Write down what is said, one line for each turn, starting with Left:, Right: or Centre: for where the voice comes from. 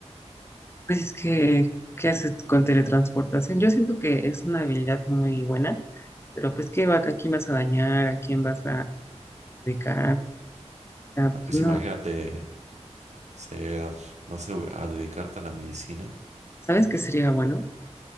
Left: Pues es que, ¿qué haces con teletransportación? Yo siento que es una habilidad muy buena, pero pues, ¿qué va, a quién vas a dañar? ¿A quién vas a ubicar O sea,
Right: Ah,
Left: pues,
Right: Pues
Left: no.
Right: imagínate ser, no sé, a dedicarte a la medicina
Left: ¿Sabes qué sería bueno?